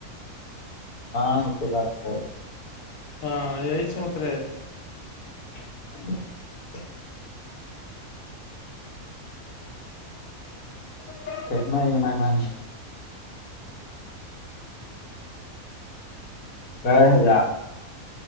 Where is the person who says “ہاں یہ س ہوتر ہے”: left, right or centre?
Left